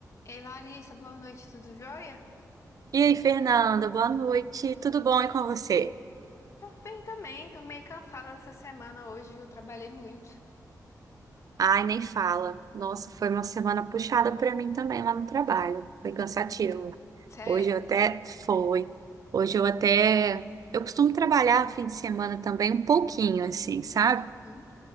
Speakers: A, on the left; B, on the right.
A: Ei, Larissa, boa noite, tudo jóia?
B: E aí, Fernanda, boa noite. Tudo bom e com você?
A: Tô bem também, tô meio cansada dessa semana hoje, viu, trabalhei muito.
B: Ai, nem fala. Nossa, foi uma semana puxada pra mim também lá no trabalho. Foi cansativo.
A: Sério,
B: Hoje eu até foi. Hoje eu até eu costumo trabalhar fim de semana também um pouquinho assim, sabe?
A: Uhum.